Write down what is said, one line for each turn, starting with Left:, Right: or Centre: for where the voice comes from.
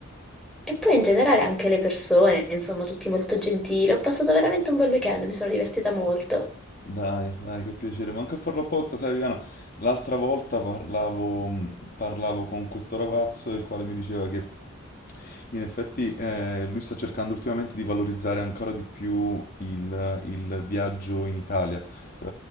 Centre: E poi in generale anche le persone, insomma, tutti molto gentili. Ho passato veramente un bel weekend, mi sono divertita molto.
Left: Dai, dai, che piacere, manco a farlo apposta, sai Viviana, l'altra volta parlavo, mh, parlavo con questo ragazzo il quale mi diceva che in effetti eh, lui sta cercando ultimamente di valorizzare ancora di più il, il viaggio in Italia. Eh,